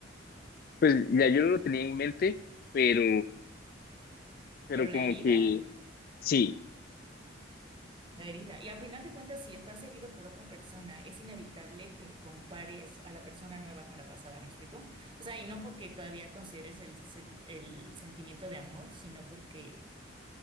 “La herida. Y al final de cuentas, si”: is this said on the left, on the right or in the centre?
Right